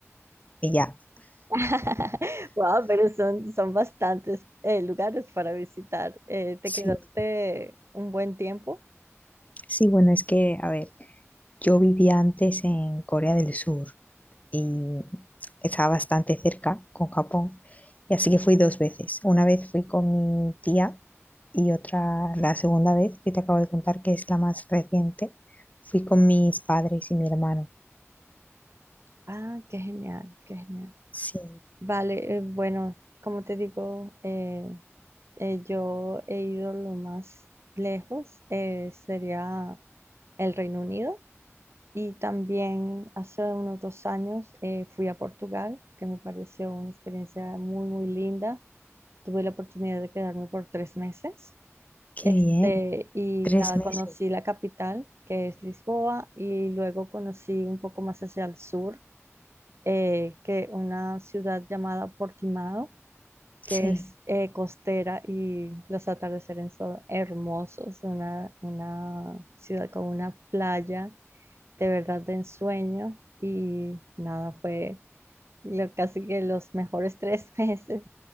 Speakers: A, on the left; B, on the right.
A: y ya.
B: <laughs> Wow, pero son, son bastantes eh, lugares para visitar. Eh, ¿te
A: Sí,
B: quedaste un buen tiempo?
A: sí, bueno, es que, a ver, yo vivía antes en Corea del Sur y estaba bastante cerca con Japón, y así que fui dos veces. Una vez fui con mi tía y otra, la segunda vez que te acabo de contar, que es la más reciente, fui con mis padres y mi hermano.
B: Ah, qué genial, qué genial.
A: Sí,
B: Vale, eh, bueno, como te digo, eh, eh, yo he ido lo más lejos, eh, sería el Reino Unido. Y también hace unos dos años eh, fui a Portugal, que me pareció una experiencia muy, muy linda. Tuve la oportunidad de quedarme por tres meses.
A: qué
B: Este,
A: bien.
B: y
A: Tres
B: nada,
A: meses.
B: conocí la capital, que es Lisboa, y luego conocí un poco más hacia el sur, eh, que una ciudad llamada Portimao,
A: Sí,
B: que es eh, costera y los atardeceres son hermosos, una, una ciudad con una playa de verdad de ensueño, y nada, fue lo- casi que los mejores <laughs> tres meses